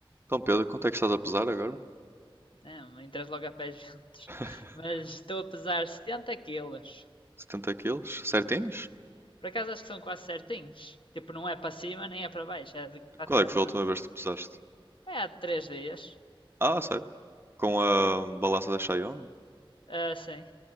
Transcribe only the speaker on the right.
Então, Pedro, quanto é que estás a pesar agora?
<laughs>
70 quilos? Certinhos?
Qual é que foi a última vez que te pesaste?
Ah, sério? Com a
balança da Xiaomi?